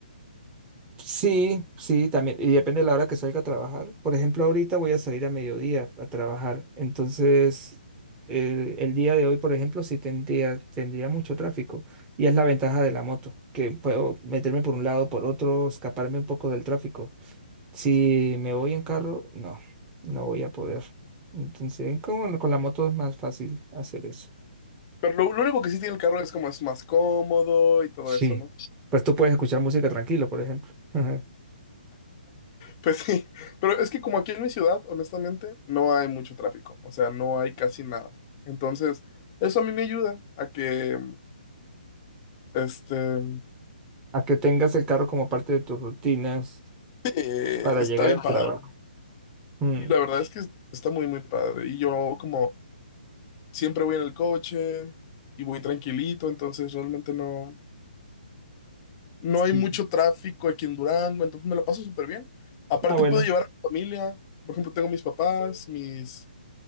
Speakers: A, on the right; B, on the left.
A: Sí, sí, también, y depende de la hora que salga a trabajar. Por ejemplo, ahorita voy a salir a mediodía a trabajar, entonces el, el día de hoy, por ejemplo, sí tendría, tendría mucho tráfico, y es la ventaja de la moto, que puedo meterme por un lado, por otro, escaparme un poco del tráfico. Si me voy en carro, no, no voy a poder. Entonces, con, con la moto es más fácil hacer eso.
B: Pero lo, lo único que sí tiene el carro es como es más cómodo y todo
A: Sí.
B: eso, ¿no?
A: Pues tú puedes escuchar música tranquilo, por ejemplo. <laughs>
B: Pues sí, pero es que como aquí en mi ciudad, honestamente, no hay mucho tráfico, o sea, no hay casi nada. Entonces, eso a mí me ayuda a que, este,
A: A que tengas el carro como parte de tus rutinas
B: eh,
A: para
B: está
A: llegar
B: bien
A: al
B: padre.
A: trabajo. Mm.
B: Sí, la verdad es que está muy, muy padre. Y yo como siempre voy en el coche y voy tranquilito, entonces realmente no, no
A: Sí.
B: hay mucho tráfico aquí en Durango, entonces me la paso súper bien. Aparte
A: Ah, bueno.
B: puedo llevar a mi familia, por ejemplo, tengo mis papás, mis,